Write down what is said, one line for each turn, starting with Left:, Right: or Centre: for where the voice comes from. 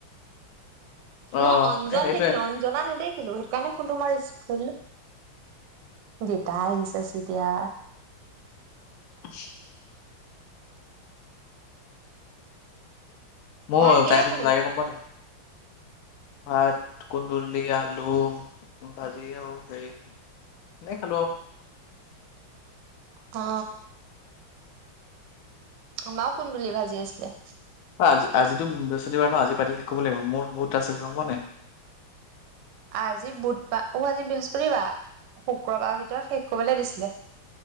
Left: অ',
Right: মই অঞ্জন
Left: এ সেইটোৱে
Right: দেখিলো, অঞ্জনা নেদেখিলো সেইটো কাৰণে ফোনটো মই ৰিচিভ কৰি দিলোঁ। দেতা আহিছা চতিয়া
Left: <unintelligible> মোৰ
Right: ভাত কিহে
Left: তাই মোক
Right: খালি?
Left: একো কৰা নাই ভাত কুন্দুলি আলু ভাজি আৰু হেৰি তেনেকৈ খালো আৰু।
Right: অ। আমাৰু কুন্দুলি ভাজি আছিলে।
Left: আজি আজিতো বৃহস্পতিবাৰ ন, আজি পাতি শেষ কৰিব লাগিব মোৰ বহুত আছে, গম পোৱা নে নাই?
Right: আজি বুধবাৰ, অ, আজি বৃহস্পতিবাৰ? শুক্ৰবাৰৰ ভিতৰত শেষ কৰিবলৈ দিছিলে।